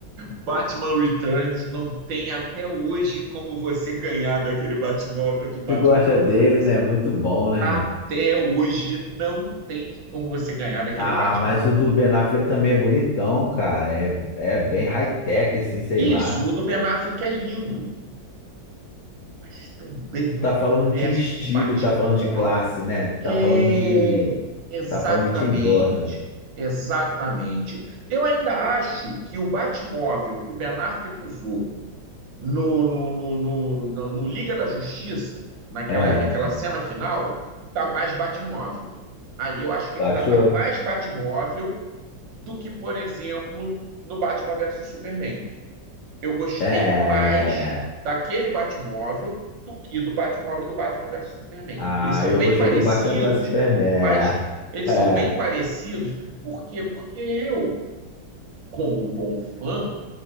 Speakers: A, on the right; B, on the left.
A: Batman Returns não tem até hoje como você ganhar daquele Batmóvel de Batman
B: Tu gosta
A: Returns.
B: dele, né? Muito bom, né?
A: Até hoje não tem como você ganhar daquele
B: Ah,
A: Batmóvel.
B: mas o do Ben Affleck também é bonitão, cara. É, é bem high-tech, assim, sei lá.
A: Isso, o do Ben Affleck é lindo, mas também
B: Tu
A: não
B: tá falando
A: parece
B: de estilo,
A: um Batmóvel.
B: tá falando de classe, né? Tá
A: É,
B: falando de.
A: exatamente,
B: Tá falando de Tim Burton.
A: exatamente. Eu ainda acho que o Batmóvel que o Ben Affleck usou no, no, no, no, no- no Liga da Justiça, naquela,
B: É, é,
A: naquela
B: é.
A: cena final, tá mais Batmóvel. Ali eu acho que
B: Tu
A: ele
B: achou?
A: ainda tá mais Batmóvel do que, por exemplo, no Batman versus Superman eu gostei
B: É. é,
A: mais
B: é.
A: daquele Batmóvel do que do Batmóvel do Batman versus Superman.
B: Ah,
A: Eles são
B: eu
A: bem
B: gostei
A: parecidos,
B: do Batman vs Superman.
A: mas eles
B: É.
A: são bem parecidos. Por quê? Porque eu, como bom fã,